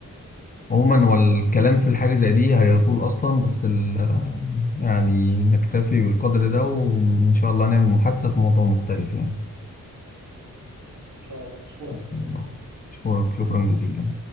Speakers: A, on the left; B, on the right.
A: عموما والكلام في الحاجه زي دي هيطول اصلا بس ال يعني نكتفي بالقدر ده وان شاء الله نعمل محادثه في موضوع مختلف يعني
B: ان شاء الله اشكرك
A: يلا شكرا شكرا جزيلا